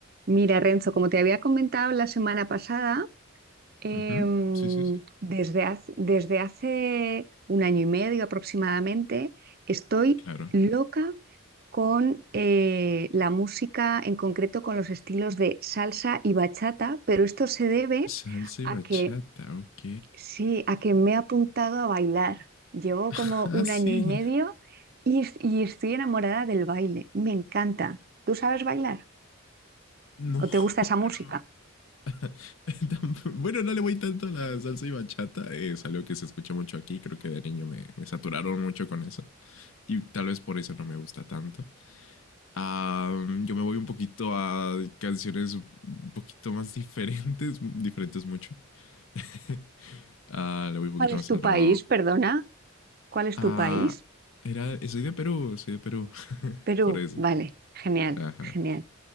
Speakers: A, on the right; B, on the left.
A: Mira, Renzo, como te había comentado la semana pasada, em,
B: Ujú. Sí, sí, sí.
A: desde hace, desde hace un año y medio aproximadamente, estoy
B: Claro.
A: loca con eh, la música, en concreto con los estilos de salsa y bachata, pero esto se debe
B: Salsa
A: a
B: y bachata,
A: que
B: ok.
A: sí, a que me he apuntado a bailar. Llevo
B: <laughs>
A: como un
B: Ah, sí.
A: año y medio y, es- y estoy enamorada del baile. Me encanta. ¿Tú sabes bailar?
B: No,
A: ¿O te gusta
B: <laughs>
A: esa
B: bueno.
A: música?
B: <laughs> tam- Bueno, no le voy tanto a la salsa y bachata. Es algo que se escucha mucho aquí. Creo que de niño me, me saturaron mucho con eso. Y tal vez por eso no me gusta tanto. Ah, yo me voy un poquito a canciones un poquito más <laughs> diferentes. Diferentes mucho. <laughs> Ah, le voy un poquito
A: ¿Cuál es
B: más
A: tu
B: al
A: país?
B: rock
A: Perdona, ¿cuál es
B: Ah,
A: tu país?
B: era, soy de Perú, soy de Perú. <laughs>
A: Perú,
B: Por eso.
A: vale, genial,
B: Ajá.
A: genial.